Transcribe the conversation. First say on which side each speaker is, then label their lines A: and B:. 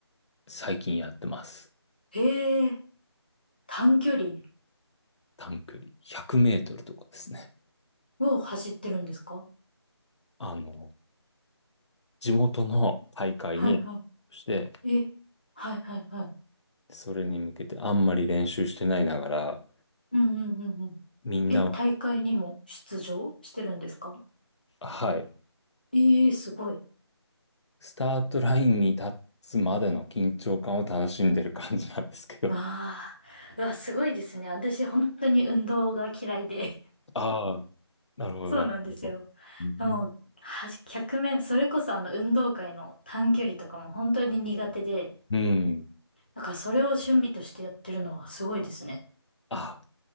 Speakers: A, on the left; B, on the left.
A: 最近やってます。
B: へえ、短距離
A: 短距離。100メートルとかですね。
B: を走ってるんですか
A: あの、地元の大会に、
B: はいは
A: して、
B: い。え、はいはいはい。
A: それに向けてあんまり練習してないながら、
B: うんうんうんうん。
A: みんなは、
B: え、大会にも出場してるんですか
A: はい、
B: ええ、すごい。
A: スタートラインに立つまでの緊張感を楽しんでる感じなんですけど。
B: ああ、うわ、すごいですね。私、本当に運動が嫌いで。
A: ああ、なるほど、
B: そうなんですよ。
A: なるほど。うん。
B: もう、はし100メ、それこそあの運動会の短距離とかも本当に苦手で、
A: うん
B: だからそれを趣味としてやってるのはすごいですね。
A: あ、